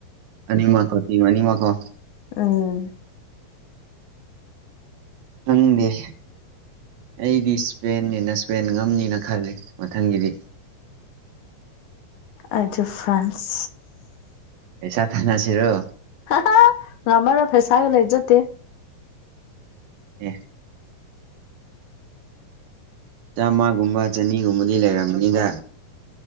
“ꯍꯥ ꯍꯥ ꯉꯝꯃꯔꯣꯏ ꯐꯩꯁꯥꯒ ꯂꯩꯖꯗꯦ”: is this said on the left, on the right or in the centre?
Left